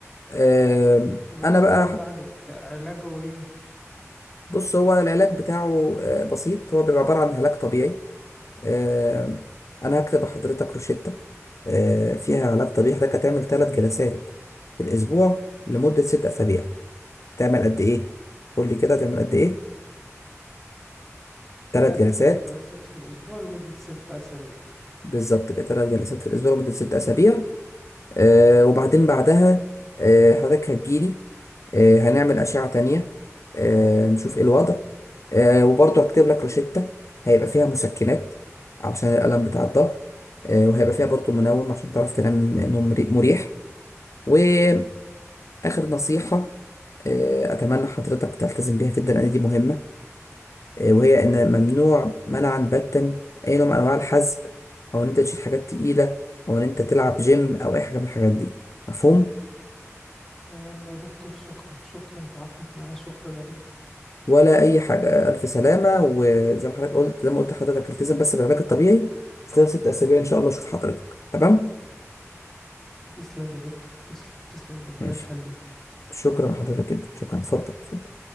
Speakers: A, on the left; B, in the centre.
A: آم،
B: تبقى
A: انا
B: دكتور
A: بقى
B: وده عج- علاجه ايه
A: بص هو العلاج بتاعه آه، بسيط هو بيبقى عبارة عن علاج طبيعي آم، انا هكتب لحضرتك روشتة آه، فيها علاج طبيعي حضرتك هتعمل ثلاث جلسات في الاسبوع لمدة ست اسابيع تعمل قد ايه قول لي كده تعمل قد ايه ثلاث
B: تلات
A: جلسات
B: جلسات في الأسبوع لمدة ست أسابيع
A: بالظبط كده ثلاث جلسات في الاسبوع لمده ست اسابيع آه وبعدين بعدها آه حضرتك هتجيلي آه هنعمل اشعه تانية آه نشوف ايه الوضع آه وبرضه هكتب لك روشتة هيبقى فيها مسكنات علشان الالم بتاع الظهر آه وهيبقى فيها برضه منوم عشان تعرف تنام نوم مري- مريح واخر نصيحه آه اتمنى حضرتك تلتزم بيها جدا لان دي مهمه آه، وهي إن ممنوع منعا باتا أي نوع من أنواع الحزق أو إن أنت تشيل حاجات تقيلة أو إن أنت تلعب جيم أو أي حاجة من الحاجات دي مفهوم
B: تمام يا دكتور شكرا شكرا تعبتك معايا شكرا يا دكتور
A: ولا أي حاجة ألف سلامة وزي ما حضرتك قلت زي ما قلت لحضرتك التزم بس بالعلاج الطبيعي وفي خلال ست أسابيع إن شاء الله أشوف حضرتك تمام
B: تسلم يا دكتور تسلم تسلم ربنا
A: ماشي
B: يخليك
A: شكرا لحضرتك جدا شكرا اتفضل